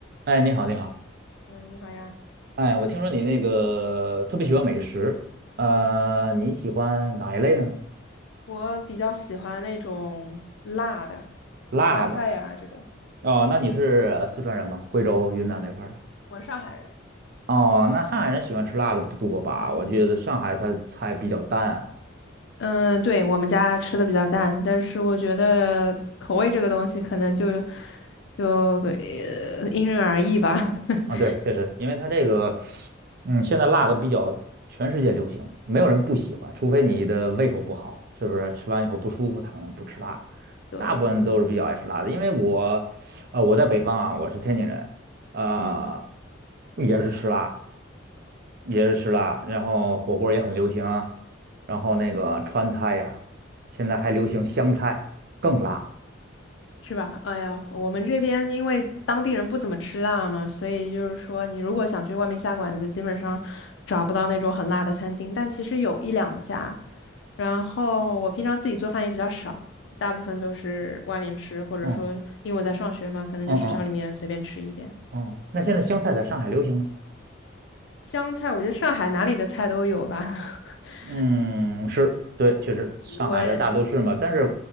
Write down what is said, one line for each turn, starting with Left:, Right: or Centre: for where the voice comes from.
Right: 哎，你好，你好。
Left: 嗯，你好呀。
Right: 哎，我听说你那个特别喜欢美食，呃，你喜欢哪一类的呢？
Left: 我比较喜欢那种辣的，
Right: 辣的，
Left: 川菜呀、这种。
Right: 哦，那你是呃四川人吗？贵州、云南那块儿的？
Left: 我是上海人。
Right: 哦，那上海人喜欢吃辣的不多吧？我觉得上海它菜比较淡啊。
Left: 嗯，对，我们家吃的比较淡，但是我觉得口味这个东西可能就就呃因人而异吧。<laughs>
Right: 啊，对，确实，因为它这个，嗯，现在辣都比较全世界流行，没有人不喜欢，除非你的胃口不好，是不是？吃完以后不舒服，他可能不吃辣。
Left: 对，
Right: 大部分都是比较爱吃辣的，因为我，呃，我在北方啊，我是天津人，啊、
Left: 嗯。
Right: 也是吃辣，也是吃辣，然后火锅也很流行啊，然后那个川菜呀、现在还流行湘菜，更辣。
Left: 是吧？哎呀，我们这边因为当地人不怎么吃辣嘛，所以就是说，你如果想去外面下馆子，基本上找不到那种很辣的餐厅。但其实有一两家，然后我平常自己做饭也比较少，大部分都是外面吃，或者说因为我在上学嘛，
Right: 嗯
Left: 可能就学校里面随便吃一点。
Right: 嗯嗯嗯，那现在湘菜在上海流行吗？
Left: 香菜，我觉得上海哪里的菜都有吧。<laughs>
Right: 嗯，是，对，确实，上海的大都市嘛，
Left: 我
Right: 但是